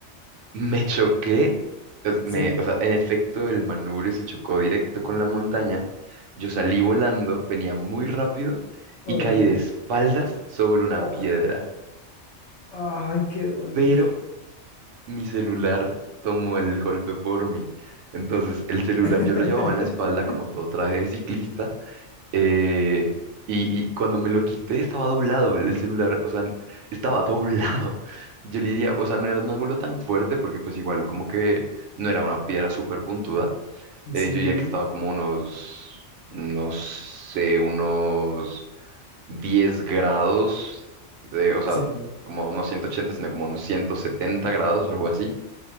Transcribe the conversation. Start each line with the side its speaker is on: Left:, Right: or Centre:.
Right: Me choqué, es-
Left: Sí,
Right: me- o sea, en efecto el manubrio se chocó directo con la montaña, yo salí volando, venía muy rápido
Left: por
Right: y caí
Left: Dios.
Right: de espaldas sobre una
Left: Oh,
Right: piedra,
Left: ay, qué dolor.
Right: pero mi celular tomó el golpe por mí. Entonces el celular
Left: <laughs>
Right: yo lo llevaba en la espalda como todo traje de ciclista eh, y, y cuando me lo quité estaba doblado el, el celular, o sea, estaba doblado. Yo le diría, o sea, no era un ángulo tan fuerte porque pues igual como que no era una piedra súper puntuda. Eh,
Left: Sí,
Right: yo diría que estaba como unos, no sé, unos 10 grados, de- o sea,
Left: sí,
Right: como no 180 sino como unos 170 grados, algo así.